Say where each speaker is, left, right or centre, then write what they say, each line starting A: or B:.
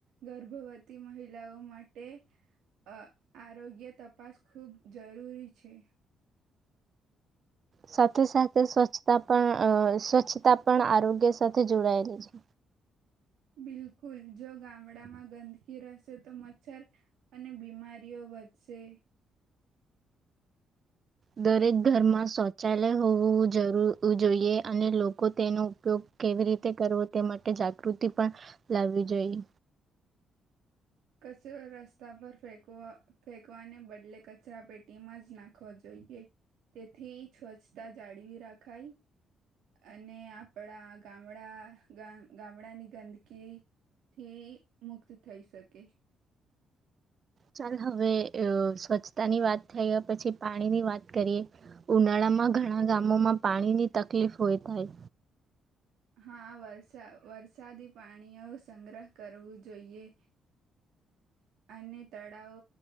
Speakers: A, on the right; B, on the right.
A: ગર્ભવતી મહિલાઓ માટે, આરોગ્ય તપાસ ખૂબ જરૂરી છે.
B: સાથે સાથે સ્વચ્છતા પણ સ્વચ્છતા પણ આરોગ્ય સાથે જોડાયેલી છે.
A: બિલકુલ જો ગામડામાં ગંદકી રહેશે તો મચ્છર, અને બીમારીઓ વધશે.
B: દરેક ઘરમાં શૌચાલય હોવું જરૂ જોઈએ અને લોકો તેનું ઉપયોગ કેવી રીતે કરવો તે માટે જાગૃતિ પણ, લાવવી જોઈએ.
A: કચરો રસ્તા પર ફેકવા ફેંકવાને બદલે કચરા પેટીમાં જ નાખવા જોઈએ, તેથી સ્વચ્છતા જાળવી રાખાય. અને આપણા ગામડા ગામડાની ગંદકી થી મુક્ત થઈ શકે.
B: ચાલ હવે સ્વચ્છતા ની વાત થઈ પછી પાણીની વાત કરીએ, ઉનાળામાં ઘણા ગામોમાં પાણીની તકલીફ હોય થાય.
A: હા વરસા વરસાદી પાણીઓ સંગ્રહ કરવું જોઈએ. અને તળાવ